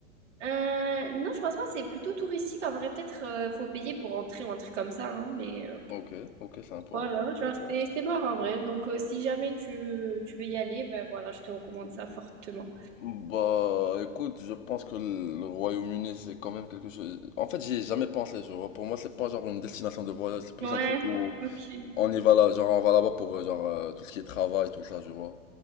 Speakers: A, on the right (about 55°); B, on the left (about 65°).
A: Euh, non, je pense pas. C'est plutôt touristique en vrai. Peut-être euh, faut payer pour rentrer ou un truc comme ça. hein, mais. euh,
B: Ok, ok, sympa.
A: Voilà, genre
B: Sympa.
A: c'était c'était marrant en vrai. Donc euh, si jamais tu, tu veux y aller, ben voilà, je te recommande ça fortement.
B: Bah, écoute, je pense que le Royaume-Uni, c'est quand même quelque chose. En fait, j'y ai jamais pensé, je vois. Pour moi, c'est pas genre une destination de voyage, c'est plus
A: Ouais,
B: un truc où.
A: ok.
B: On y va là, genre on va là-bas pour euh, genre euh, tout ce qui est travail, tout ça, tu vois.